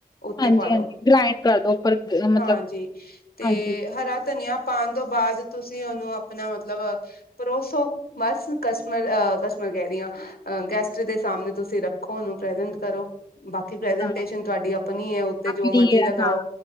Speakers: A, on the left; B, on the left.
A: ਉੱਤੇ
B: ਹਾਂਜੀ-ਹਾਂਜੀ
A: ਪਾ ਦੋ
B: ਗ੍ਰਾਇੰਡ ਕਰ ਦੋ ਉੱਪਰ ਗ
A: ਹਾਂਜੀ।
B: ਮਤਲਬ
A: ਤੇ
B: ਹਾਂਜੀ,
A: ਹਰਾ ਧਨੀਆ ਪਾਣ ਤੋਂ ਬਾਦ ਤੁਸੀਂ ਓਨੂੰ ਆਪਣਾ ਮਤਲਬ ਪਰੋਸੋ ਬਸ ਕਸਟਮਰ ਅ ਕਸਟਮਰ ਕੈ ਰੀ ਆ ਗੈਸਟ ਦੇ ਸਾਮਣੇ ਤੁਸੀਂ ਰੱਖੋ ਓਨੂੰ ਪ੍ਰੇਜੇਂਟ ਕਰੋ। ਬਾਕੀ ਪ੍ਰੈਜਟੇਸ਼ਨ
B: ਹਾਂ
A: ਤੁਹਾਡੀ ਆਪਣੀ ਐ ਉੱਤੇ
B: ਆਪਣੀ
A: ਜੋ ਮਰਜੀ
B: ਐ
A: ਲਗਾਓ
B: ਹਾਂ,